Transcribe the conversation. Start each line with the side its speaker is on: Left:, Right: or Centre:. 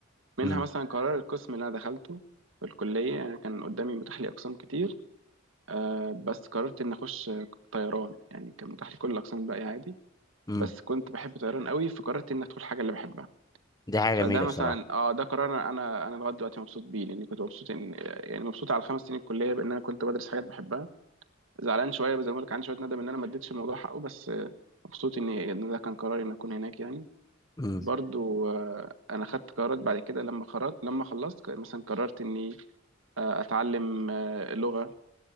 Right: منها
Left: امم
Right: مثلا قرار القسم اللي أنا دخلته في الكلية يعني كان قدامي متاح لي أقسام كتير آه، بس قررت إني أخش طيران يعني كان متاح لي كل الأقسام الباقية عادي
Left: امم
Right: بس كنت بحب طيران قوي فقررت إني أدخل حاجة اللي بحبها
Left: دي حاجه
Right: فده
Left: جميله
Right: مثلا
Left: بصراحه
Right: اه ده قرار انا انا أنا لغايه دلوقتي مبسوط بيه لاني كنت مبسوط ان يعني مبسوط على الخمس سنين الكليه بان انا كنت بدرس حاجات بحبها زعلان شويه زي ما بقول لك عندي شويه ندم ان انا ما اديتش الموضوع حقه بس آه، مبسوط ان إن ده كان قراري ان اكون هناك يعني
Left: امم
Right: برضو آه، انا خدت قرارات بعد كده لما خرجت لما خلصت ك- مثلا قررت اني آه، اتعلم آه، لغه